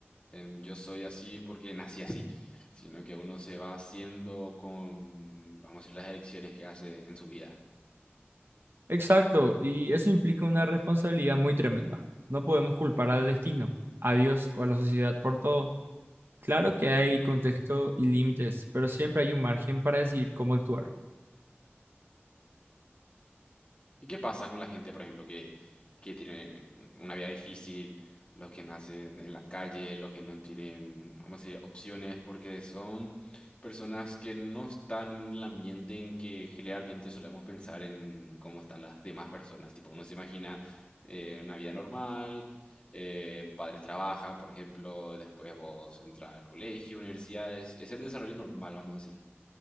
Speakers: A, on the left; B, on the right.
A: em, yo soy así porque nací así, sino que uno se va haciendo con, vamos a decir, las elecciones que hace en su vida.
B: Exacto, y eso implica una responsabilidad muy tremenda. No podemos culpar al destino, a Dios o a la sociedad por todo. Claro que hay contexto y límites, pero siempre hay un margen para decidir cómo actuar.
A: ¿Y qué pasa con la gente, por ejemplo, que, que tiene una vida difícil, los que nacen en la calle, los que no tienen, vamos a decir, opciones, porque son personas que no están en el ambiente en que generalmente solemos pensar en cómo están las demás personas? Tipo, uno se imagina eh, una vida normal, eh, padres trabajan, por ejemplo, después vos entras al colegio, universidades, es el desarrollo normal, vamos a decir.